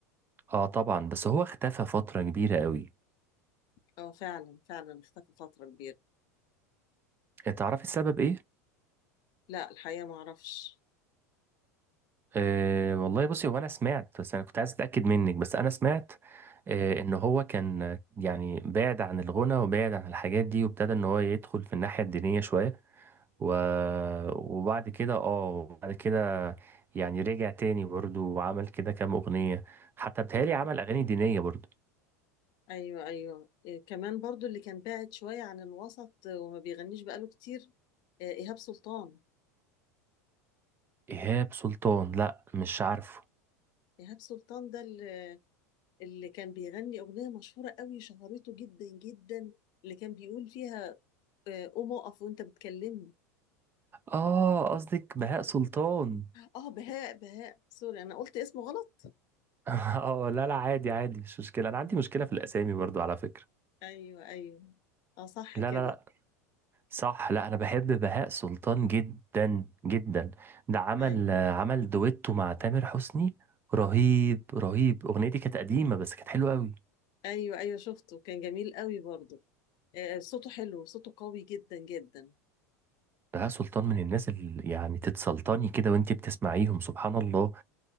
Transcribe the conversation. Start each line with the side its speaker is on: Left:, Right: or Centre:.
Right: اه طبعا بس هو اختفى فترة كبيرة قوي
Left: اه فعلا فعلا اختفى فترة كبيرة
Right: تعرفي السبب ايه؟
Left: لا الحقيقة ما اعرفش
Right: أه والله بصي هو انا سمعت بس انا كنت عايز اتاكد منك بس انا سمعت أه ان هو كان آه، يعني بعد عن الغنى وبعد عن الحاجات دي وابتدى ان هو يدخل في الناحيه الدينيه شويه و... وبعد كده اه بعد كده يعني رجع تاني برضه وعمل كده كام اغنيه حتى بتهيألي
Left: اه
Right: عمل اغاني دينيه برضه
Left: ايوه ايوه إيه كمان برضو اللي كان بعد شويه عن الوسط آه، وما بيغنيش بقاله كتير آه، ايهاب سلطان
Right: ايهاب سلطان لا مش عارفه
Left: ايهاب سلطان ده اللي, اللي كان بيغني اغنيه مشهوره قوي شهرته جدا جدا اللي كان بيقول فيها آه، قوم اقف وانت بتكلمني
Right: اه قصدك بهاء سلطان
Left: اه بهاء بهاء سوري انا قلت اسمه غلط
Right: <laughs> اه لا لا عادي عادي مش مشكله
Left: مم،
Right: انا عندي مشكله في
Left: آه.
Right: الاسامي برضه على فكره
Left: ايوه ايوه اه صح
Right: لا
Left: كده
Right: لا صح لا انا بحب بهاء سلطان جدا جدا ده عمل
Left: ايوه
Right: آه، عمل دويتو مع تامر حسني رهيب رهيب اغنيه دي كانت قديمه بس كانت حلوه قوي
Left: ايوه ايوه شفته كان جميل قوي برضو آه، صوته حلو صوته قوي جدا جدا
Right: بهاء سلطان من الناس اللي يعني تتسلطني كده وانتي بتسمعيهم سبحان الله